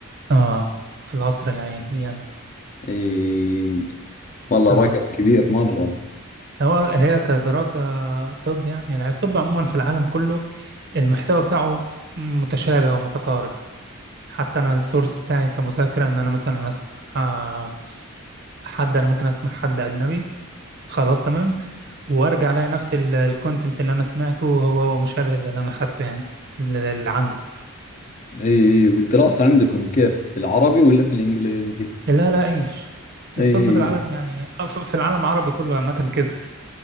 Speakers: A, on the right (about 50°); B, on the left (about 35°).
A: اه في القصر العيني يعني
B: أي والله
A: اه
B: رقم كبير مرة
A: هو هي كدراسة طب يعني الع- الطب عموما في العالم كله المحتوى بتاعه متشابه ومتقارب حتى أنا السورس بتاعي كمذاكرة إن أنا مثلا أسمع آه، حد أنا ممكن أسمع حد أجنبي خلاص تمام وأرجع ألاقي نفس الكونتنت اللي أنا سمعته هو هو مشابه للي أنا أخدته يعني اللي اللي عندي
B: أي والدراسة عندكم كيف في العربي ولا في الإنجليزي
A: لا لا إنجلش
B: أي
A: الطب في العالم يعني آه، في في العالم العربي كله عامة كده